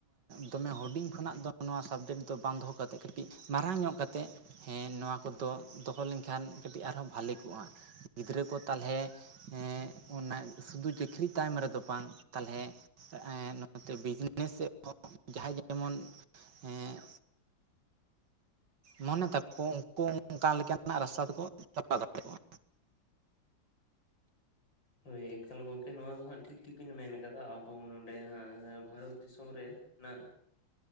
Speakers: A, on the right (about 70°); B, on the left (about 80°).
A: ᱫᱚᱢᱮ ᱦᱩᱰᱤᱧ ᱠᱷᱚᱱᱟᱜ ᱱᱚᱣᱟ ᱥᱟᱵᱡᱮᱠᱴ ᱫᱚ ᱵᱟᱝᱫᱷᱚ ᱠᱟᱛᱮ ᱠᱟᱹᱴᱤᱡ ᱢᱟᱨᱟᱝ ᱧᱚᱜ ᱠᱟᱛᱮ ᱦᱮᱸ ᱱᱚᱣᱟ ᱠᱚᱫᱚ ᱫᱚᱦᱚ ᱮᱱᱠᱷᱟᱱ ᱠᱟᱹᱴᱤᱡ ᱟᱨᱦᱚᱸ ᱵᱷᱟᱹᱞᱤ ᱠᱚ ᱜᱤᱫᱽᱨᱟᱹ ᱠᱚ ᱛᱟᱦᱚᱞᱮ ᱚᱱᱟ ᱥᱩᱫᱩ ᱪᱟᱹᱠᱨᱤ ᱠᱚ ᱛᱟᱭᱚᱢ ᱨᱮᱫᱚ ᱵᱟᱝ ᱛᱟᱦᱚᱞᱮ ᱱᱚᱛᱮ ᱵᱤᱡᱽᱱᱮᱥ ᱡᱟᱦᱟᱸ ᱡᱮᱢᱚᱱ ᱮ ᱢᱚᱱᱮ ᱛᱟᱠᱚ ᱩᱱᱠᱩ ᱚᱱᱠᱟ ᱞᱮᱠᱟ ᱨᱮᱱᱟᱜ ᱨᱟᱥᱛᱟ ᱛᱮᱠᱚ <unintelligible> ᱪᱟᱞᱟᱣ ᱫᱟᱲᱮ ᱠᱚᱣᱟ
B: ᱦᱳᱭ ᱮᱠᱟᱞ ᱜᱚᱝᱠᱮ ᱱᱚᱣᱟ ᱫᱚ ᱦᱟᱸᱜ ᱴᱷᱤᱠ ᱜᱮᱵᱤᱱ ᱢᱮᱱ ᱠᱟᱫᱟ ᱟᱵᱚ ᱱᱚᱰᱮ ᱦᱮᱸ ᱵᱷᱟᱨᱚᱛ ᱫᱤᱥᱚᱢ ᱨᱮᱱᱟᱜ